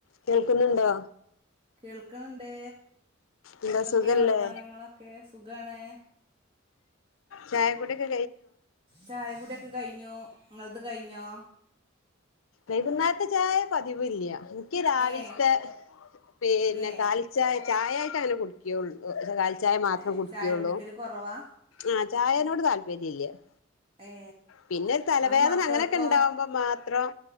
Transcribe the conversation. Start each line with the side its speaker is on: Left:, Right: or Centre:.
Left: കേൾക്കുന്നുണ്ടോ?
Right: കേൾക്ക്ണണ്ട്
Left: എന്താ
Right: എന്തൊക്കെ
Left: സുഖല്ലേ
Right: വർത്താനങ്ങളൊക്കെ സുഖാണ്.
Left: ചായ കുടിയൊക്കെ
Right: ചായകുടി ഒക്കെ കഴിഞ്ഞു ഇങ്ങളത് കഴിഞ്ഞോ?
Left: വൈകുന്നേരത്തെ ചായ പതിവില്ല. ഇക്ക് രാവിൽത്തെ
Right: ഏ
Left: പിന്നെ
Right: ഏ
Left: കാലിച്ചായ ചായായിട്ട് അങ്ങനെ കുടിക്കുള്ളൂ കാ ചായ മാത്രം
Right: ഏ
Left: കുടിക്കുള്ളൂ.
Right: ചായ കുടിക്കല് കുറവാ
Left: ആ ചായനോട് താല്പര്യല്ല. ചാ
Right: ഏ
Left: പിന്നൊരു തലവേദന
Right: അപ്പൊ മക്കൾക്കോ
Left: അങ്ങനെക്കെ ഇണ്ടാവുമ്പോ മാത്രം